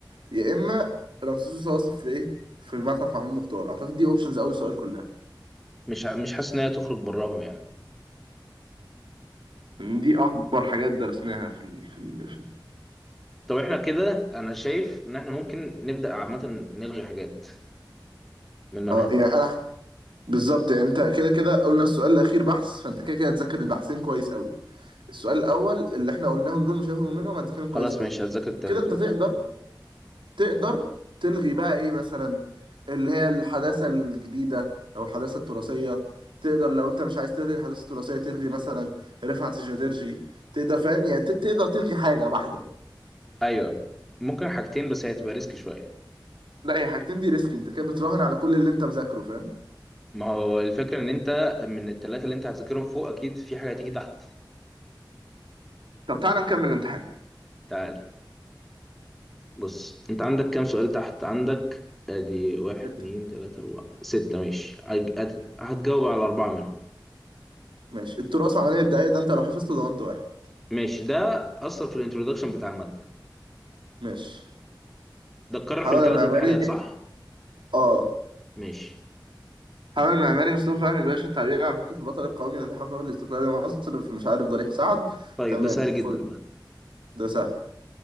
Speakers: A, on the right; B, in the centre.
A: يا اما رمسيس سوسه واصف في ايه في المتحف محمود مختار اعتقد دي اوبشنز اول سؤال كلها
B: مش ع- مش حاسس ان هي تخرج براهم يعني
A: إن دي اكبر حاجات درسناها في ال... في ال... في ال-
B: طب احنا كده انا شايف ان احنا ممكن نبدا عامه نلغي حاجات من المنهج
A: اه يعني انا بالظبط يعني انت كده كده قلنا السؤال الاخير بحث فانت كده كده هتذاكر البحثين كويس قوي السؤال الاول اللي احنا قلناهم دول مش هيفرقوا منهم هتذاكرهم
B: خلاص
A: كويس قوي
B: ماشي هتذاكر الثلاثه
A: كده انت
B: دول
A: تقدر تقدر تلغي بقى ايه مثلا اللي هي الحداثة الجديدة او الحداثة التراثية تقدر لو انت مش عايز تلغي الحداثة التراثية تلغي مثلا رفعت الجدرجي تقدر فاهم يعني ت- تقدر تلغي حاجة واحدة
B: ايوه ممكن حاجتين بس هي هتبقى ريسك شويه
A: لا هي حاجتين دي ريسك انت كده بتراهن على كل اللي انت مذاكره فاهم
B: ما هو الفكره ان انت من الثلاثه اللي انت هتذاكرهم فوق اكيد في حاجه هتيجي تحت
A: طب تعالى نكمل الامتحان
B: تعال بص انت عندك كام سؤال تحت عندك ادي واحد
A: ستة
B: اتنين تلاتة اربعة ستة ماشي هج- هت- هتجاوب على اربعة منهم
A: ماشي التراث عملية دقايق ده انت لو حفظته ضمنت واحد
B: ماشي ده اصلا في الانترودكشن بتاع المادة
A: ماشي
B: ده اتكرر
A: حاول
B: في الثلاث
A: المعماري
B: امتحانات صح؟
A: اه
B: ماشي
A: حاول المعماري مصطفى فهمي باشا التعبير عن فكرة البطل القومي الذي حقق الاستقلال لمصر في مش عارف ضريح سعد
B: طيب
A: تمام
B: ده سهل جدا
A: فل
B: ده
A: ده سهل